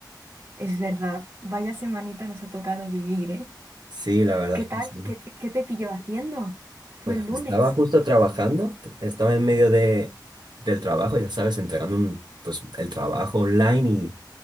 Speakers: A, on the right; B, on the right.
A: Es verdad, vaya semanita nos ha tocado vivir, ¿eh?
B: Sí, la verdad
A: ¿Qué
B: es
A: tal?
B: que sí.
A: ¿Qué, te qué te pilló haciendo? Fue
B: Pues
A: el lunes.
B: estaba justo trabajando, t- estaba en medio de, del trabajo, ya sabes, entregando un, pues, el trabajo online y,